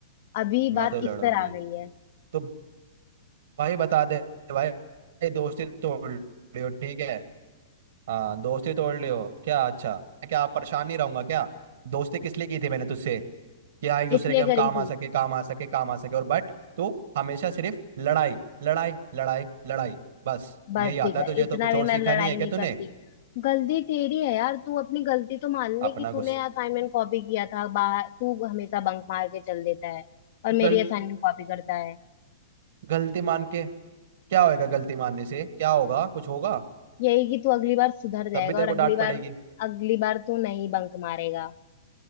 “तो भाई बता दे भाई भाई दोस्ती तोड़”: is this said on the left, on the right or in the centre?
Right